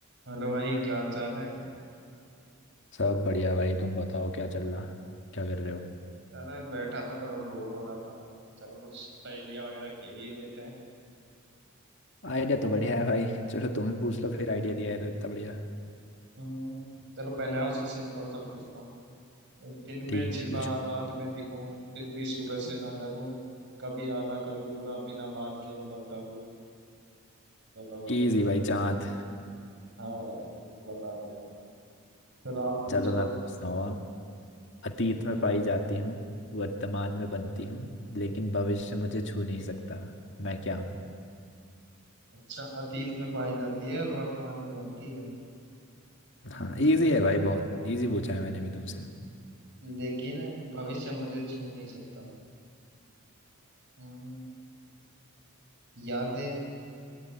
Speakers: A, on the right; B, on the left.
A: Hello भाई क्या हाल चाल है
B: सब बढ़िया भाई तुम बताओ क्या चल रहा क्या कर रहे हो
A: यार मैं बैठा था थोड़ा बोर हो रहा था चलो कुछ पहेलियां वगैरह खेल ही लेते हैं
B: आइडिया तो बढ़िया है भाई चलो तुम ही पूछ लो फिर आइडिया दिया है तो इतना बढ़िया
A: हम्म, चलो पहले आपसे सिंपल सा पूछता हूँ दिन में
B: ठीक
A: छिपा
B: है पूछो
A: रात में दिखूं फिर भी सूरज से ना डरूं कभी आधा कभी पूरा बिना बात के बदलता रूप बताओ क्या
B: इजी
A: है
B: भाई चांद
A: हाँ यार ये तो बता दिया आपने चलो आप पूछो
B: चलो मैं पूछता हूँ अब। अतीत में पाई जाती हूँ वर्तमान में बनती हूँ लेकिन भविष्य मुझे छू नहीं सकता मैं क्या हूँ
A: अच्छा अतीत में पाई जाती है और वर्तमान में बनती है हम्म,
B: हाँ इजी है भाई बहुत इजी पूछा है मैंने भी तुमसे
A: लेकिन भविष्य मुझे छू नहीं सकता हम्म, यादें